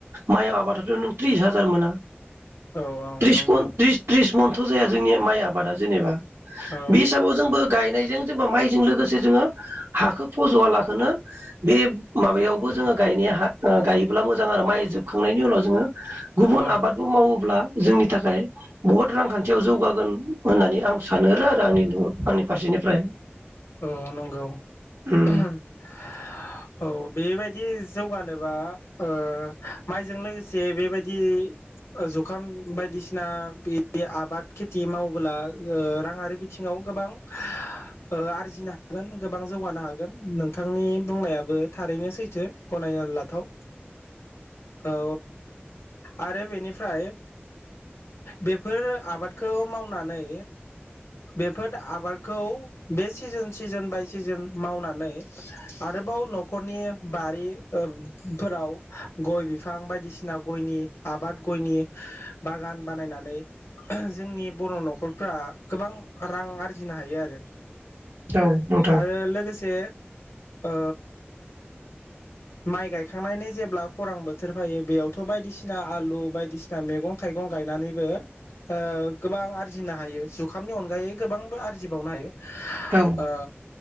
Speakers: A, on the right (about 90°); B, on the left (about 90°).
A: माइ आबादाथ' नों थ्रिस हाजार मोना
B: औ औ
A: त्रिसखौ
B: नंगौ
A: त त्रिसमन थ' जाया जोंनि माइ आबादा जेनेबा
B: औ
A: बे हिसाबाव जोंबो गायनायजों जेनबा माइजों लोगोसे जोङो हाखौ फज'वलाखौ बे माबायावबो जोङो गायनाया गायोब्ला मोजां आरो माइ जोबखांनायनि उनाव जोङो गुबुन
B: औ
A: आबादबो मावोब्ला जोंनि थाखाय बहुद रांखान्थियाव जौगागोन होननानै आं सान आरो आरो आंनि आंनि फारसेनिफ्राय
B: औ नंगौ
A: उम
B: <unintelligible> औ बेबायदि जौगानोबा ओ ओ आरजिनो हागोन गोबां जौगानो हागोन नोंथांनि बुंनायाबो थारैनो सैथो गनायना लाथाव औ आरो बेनिफ्राय बेफोर आबादखौ मावनानै बेफोर आबादखौ बे सिजोन सिजोन बाय सिजोन मावनानै आरोबाव न'खरनि बारि फोराव गय बिफां बायदिसिना गयनि आबाद गयनि बागान बानायनानै जोंनि बर' न'खरफ्रा गोबां रां आरजिनो हायो आरो
A: औ नोंथां
B: आरो लोगोसे ओ माइ गायखांनायनि जेब्ला खरां बोथोर फायो बेयावथ' बायदिसिना आलु बायदिसिना मैगं थाइगं गायनानैबो ओ गोबां आरजिनो हायो जुखामनि अनगायै गोबांबो आरजिबावनो हायो ओ
A: औ